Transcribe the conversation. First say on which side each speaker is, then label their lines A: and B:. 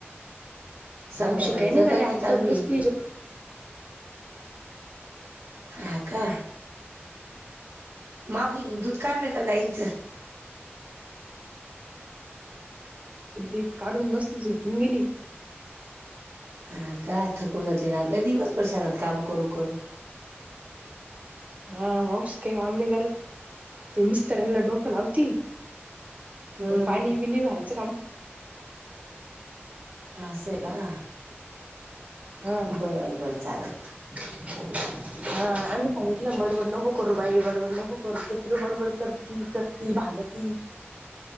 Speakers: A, on the right (about 35°); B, on the right (about 75°).
A: मावशी
B: संध्याबाईचं
A: काही नाही गड्या आत्ताच
B: चालू
A: बसलीये
B: आहे
A: जेवाय.
B: हा का. मावशीन दुध काढल का गाईंचं?
A: दूध बित काढून मस्त झोपून गेली.
B: हा का थकून जाते ना का दिवसभर शेतात काम करून-करून.
A: हा मावशी काय काम नाही करत, ते <unintelligible> डोक लावती <unintelligible>
B: हम्म
A: पाणी बिणी भरायच काम
B: तर असं आहे? का
A: हा
B: बरं बरं चालेल.
A: <unintelligible> हा आम्ही सांगितलं बडबड नको करू बाई, बडबड नको करू तर ती बडबड करती, करती भांडत ती.